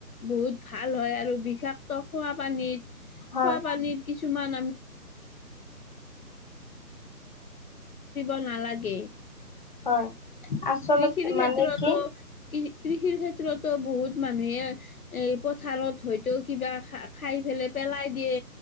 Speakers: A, on the left (about 65°); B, on the left (about 30°).
A: বহুত ভাল হয়। আৰু বিষাক্ত খোৱা পানীত
B: হয়
A: খোৱা পানীৰ কিছুমান আ <unintelligible> কৃষিৰ
B: হয় আচলতে
A: ক্ষেত্ৰতো
B: মানে কি
A: কৃষিৰ ক্ষেত্ৰ ক্ষেত্ৰতো বহুত মানুহে এ পথাৰত হয়তো কিবা খা খাই পেলাই পেলাই দিয়ে